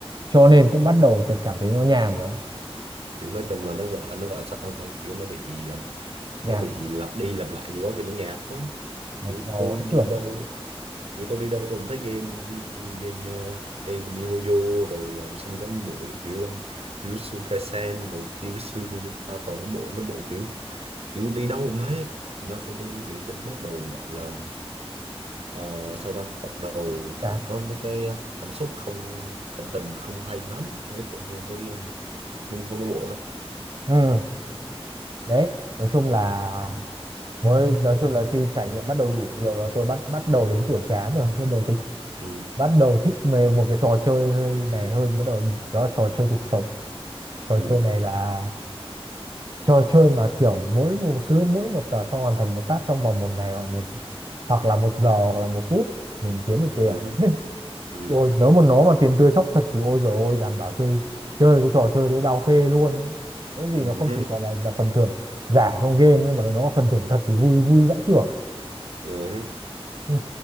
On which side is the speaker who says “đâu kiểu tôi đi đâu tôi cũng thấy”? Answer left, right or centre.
Right